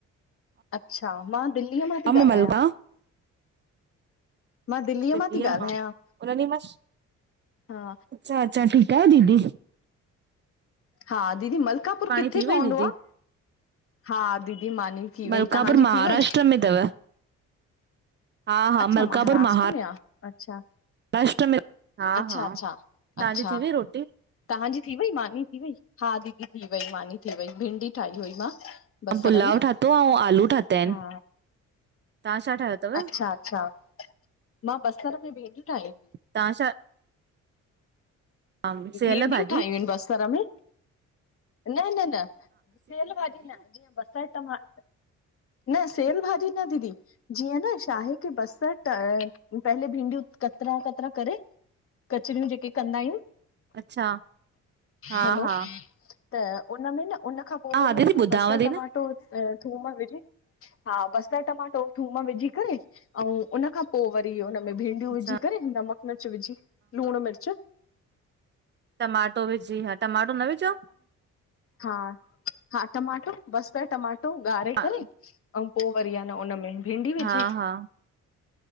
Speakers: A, on the left; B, on the right.
A: अच्छा, मां दिल्लीअ मां
B: हा,
A: पी ॻाल्हायां।
B: मलका
A: मां दिल्लीअ
B: दीदी
A: मां थी
B: अ उॾ
A: ॻाल्हायां
B: म
A: हा
B: अच्छा-अच्छा ठीकु आहे दीदी <unintelligible>
A: हा दीदी, मलकापुर
B: पाणी
A: किथे
B: थी
A: पवंदो
B: वई दीदी
A: आहे? हा दीदी, मानी थी वई,
B: मलकापुर
A: तव्हांजी
B: महाराष्ट्र
A: थी वई?
B: में अथव हा, हा
A: अच्छा
B: मलकापुर
A: महाराष्ट्र
B: महा
A: में आ अच्छा
B: राष्ट्र में हा
A: अच्छा
B: हा,
A: अच्छा
B: तव्हांजी
A: अच्छा
B: थी हुई रोटी?
A: तव्हांजी थी वई मानी थी वई, हा दीदी थी वई मानी थी वई, भिंडी ठाही हुई मां। बसर
B: पुलाउ
A: में
B: ठातो आहे अंऊं आलू ठाता आहिनि।
A: हा
B: तव्हां छा ठाहियो अथव?
A: अच्छा अच्छा, मां बसर में भिडियूं ठाहियूं।
B: तव्हां छा सेयल
A: भिंडियूं
B: भाॼी
A: ठाहियूं आहिनि बसर में? न न न। सेेयल भाॼी न, जीअं बसर न सेल भाॼी न दीदी, जीअं न शा हे त बसर त, पहले भिंडियूं कतरा- कतरा करेे कचरियूं जेके कंदा आहियूं।
B: अच्छा हा
A: हलो,
B: हा
A: त हुन में न उन खां पो
B: हा
A: वरी
B: दीदी
A: हुन में
B: ॿुधांव
A: बसर
B: थी
A: टमा
B: न
A: त अ थूम विझी, हा बसर टमाटो थूम विझी करे, अउ उन खां पो वरी हुन में भिंडियूं
B: अच्छा
A: विझी करे नमक मिर्च विझी लुणु मिर्च
B: टमाटो विझी, हा टमाटो न विझो।
A: हा, हा टमाटो, बसर टमाटो ॻारे
B: हा,
A: करे अईं पो वरी आहे न उनमें भींडी
B: हा
A: विझ्।
B: हा